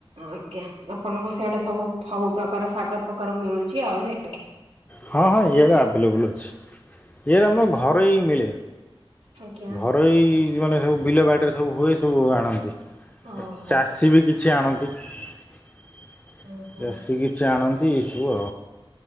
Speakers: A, on the right; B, on the left.
A: ଆଜ୍ଞା ଆପଣଙ୍କ ସେଆଡେ ସବୁ ଫବୁ ପ୍ରକାର ଶାଗ ପ୍ରକାର ମିଳୁଚି ଆଉ ନୁହେଁ କି?
B: ହଁ ହଁ ଇୟାଡେ ଆଭେଲେବଲ ଅଛି। ଏର ଆମର ଘରୋଇ ମିଳେ।
A: ଆଜ୍ଞା
B: ଘରୋଇ ଯୋଉ ମାନେ ସବୁ ବିଲ ବାଡିରେ ସବୁ ହୁଏ ସବୁ ଆଣନ୍ତି।
A: ଓହୋ
B: ଚାଷୀ ବି କିଛି ଆଣନ୍ତି। ଚାଷୀ
A: ଓହୋ।
B: କିଛି ଆଣନ୍ତି। ହୁଅ।